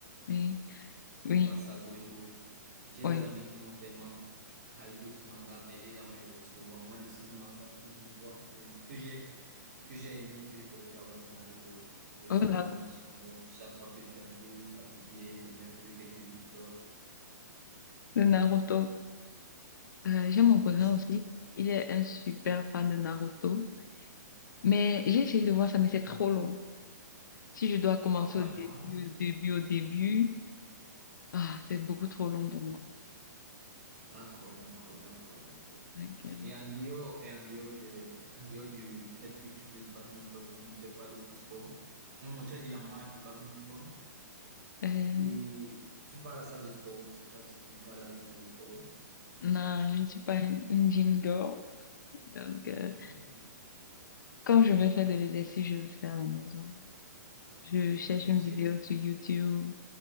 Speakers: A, on the left; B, on the right.
A: Oui, oui,
B: face à Gojo. J'ai
A: oui.
B: des amis qui m'ont tellement hypé sur manga, mais j'ai jamais eu l'opportunité de voir. Moi, le seul manga que je vois, c'est que j'ai que j'ai aimé, que je continue à voir, c'est Naruto. J'ai ça
A: Voilà,
B: dans ma machine. Donc, chaque fois que je suis un peu fatigué, je mets un peu quelques épisodes.
A: le Naruto. Euh, j'ai mon cousin
B: Est-ce-
A: aussi. Il est un super fan de Naruto. Mais j'ai essayé de voir ça, mais c'est trop long. Si je dois commencer
B: Pas vraiment.
A: au début, au début, au début, ah, c'est beaucoup trop long pour moi.
B: D'accord, d'accord, d'accord, d'accord.
A: Donc, euh,
B: Et en dehors, et en dehors de, en dehors du, tu as dit que tu faisais du badminton, tu ne fais pas d'autres sports. Un moment, tu as dit la marche, le badminton,
A: euh,
B: et tu pars à la salle de sport. Je sais pas si tu pars dans la salle de sport.
A: non, je ne suis pas une gym girl. Donc, euh,
B: Ok,
A: quand je vais faire de l'exercice, je le fais à la maison. Je cherche
B: ok.
A: une vidéo sur YouTube